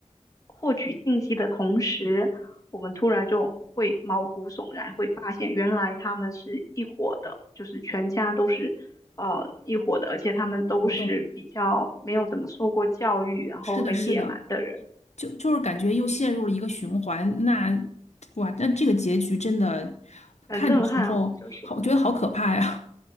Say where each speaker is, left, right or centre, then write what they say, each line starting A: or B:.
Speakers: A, on the left; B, on the left.
A: 获取信息的同时，我们突然就会毛骨悚然，会发现原来他们是一伙的，就是全家都是呃一伙的，而且他们都是比较没有怎么受过教育，
B: 我懂。
A: 然后很野蛮的人，
B: 是的，是的，就就是感觉又陷入了一个循环。那哇，那这个结局真的
A: 很震撼哦，
B: 看的时候，
A: 就是。
B: 好，我觉得好可怕呀。